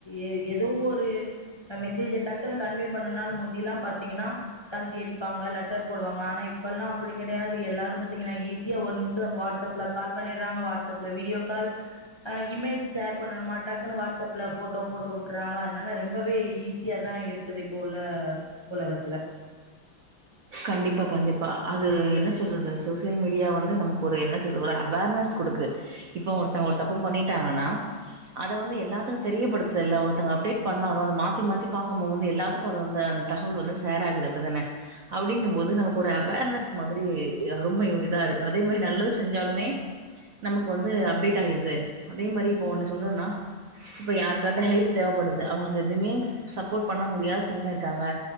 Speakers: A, on the left; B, on the right.
A: எ ஏதோ ஒரு மெசேஜ டக்குன்னு கன்வே பண்ணனுன்னாலு முந்தில்லா பாத்தீங்கன்னா தந்தி அடிப்பாங்க லெட்டர் போடுவாங்க ஆனா இப்பெல்லா அப்புடி கெடையாது எல்லாரு பத்திங்கன்னா ஈ சியா ஒரு நிமிஷத்ல் வாட்ஸ்அப்ல கால் பண்ணிட்றாங்க வாட்ஸ்அப்ல வீடியோ கால் அ இமேஜ் ஷேர் பண்ணனுமா டக்குன்னு வாட்ஸ் ஸ்அப்ல ஃபோட்டோ போட்டு வுட்டுறாங்க அதுனால ரொம்பவே ஈஸியா தா இருக்குது இப்போ உள்ள உலகத்துல
B: கண்டிப்பா கண்டிப்பா அது என்ன சொல்றது சோசியல் மீடியா வந்து நமக்கு ஒரு என்ன சொல்றது ஒரு அவார்னஸ் குடுக்குத் இப்ப ஒருத்தங்க ஒருத் தப்பு பண்ணிட்டாங்கன்னா அத வந்து எல்லாத்துக்கு தெரியப்படுத்துல்ல ஒருத்தங்க அப்டேட் பண்ணாலு அத மாத்தி மாத்தி பாக்கும் போது எல்லாத்துக்கு அது வந் தகவல் வந்து ஷேர் ஆகுது அப்டிதானே அப்டிங்கும்போது நமக்கு ஒரு அவேர்னஸ் மாதிரி அ ரொம்பயு இதா இருக்கு அதே மாரி நல்லது செஞ்சாலுமே நமக்கு வந்து அப்டேட் ஆயிருது அதே மாரி இப்போ ஒன்னு சொல்றன்னா இப்ப யாருக்காது ஹெல்ப் தேவப்படுது அவுங்களுக் எதுமே சப்போர்ட் பண்ண முடியாத சூழ்நில இருக்காங்க